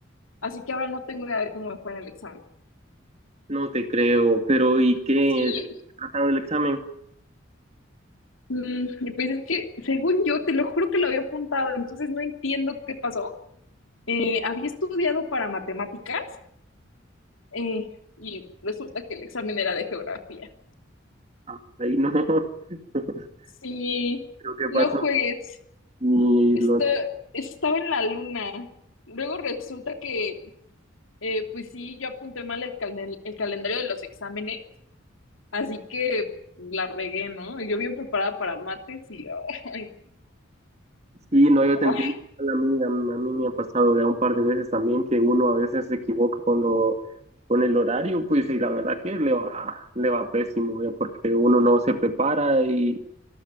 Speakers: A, on the left; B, on the right.
A: así que ahora no tengo idea de cómo me fue en el examen.
B: no te creo. Pero ¿y qué?
A: Sí,
B: ¿De- ¿Tratado el examen?
A: mm, y pues es que según yo, te lo juro que lo había apuntado, entonces no entiendo qué pasó. Eh, había estudiado para matemáticas eh, y resulta que el examen era de geografía.
B: Ah, Ahí no. <laughs>
A: Sí,
B: ¿Pero qué
A: no
B: pasó?
A: juegues.
B: ¿Y
A: Está,
B: lo
A: estaba en la luna. Luego resulta que, eh, pues sí, yo apunté mal el, calde- el calendario de los exámenes, así que la regué, ¿no? Y yo bien preparada para mates y, ay,
B: Sí, no, yo te
A: ay,
B: entiendo. A mí, a, mí a mí me ha pasado ya un par de veces también que uno a veces se equivoca con lo, con el horario, pues y la verdad que le va, le va pésimo, ya porque uno no se prepara y,